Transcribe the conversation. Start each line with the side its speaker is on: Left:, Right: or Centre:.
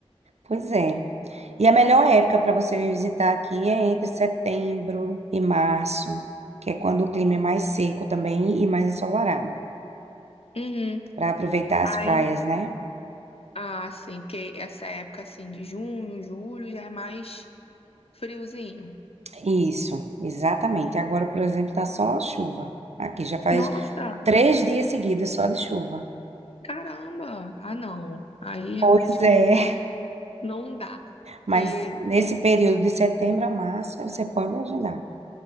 Right: Pois é. E a melhor época para você vir visitar aqui é entre setembro e março, que é quando o clima é mais seco também e mais ensolarado,
Left: Uhum.
Right: para aproveitar as
Left: Aí,
Right: praias, né?
Left: ah, sim, porque essa época assim de junho, julho já é mais friozinho.
Right: Isso, exatamente. Agora, por exemplo, tá só chuva. Aqui já faz
Left: Nossa,
Right: três dias seguidos só de chuva.
Left: caramba. Ah, não. Aí realmente
Right: Pois é,
Left: não não dá. Porque
Right: mas nesse período de setembro a março, você pode agendar.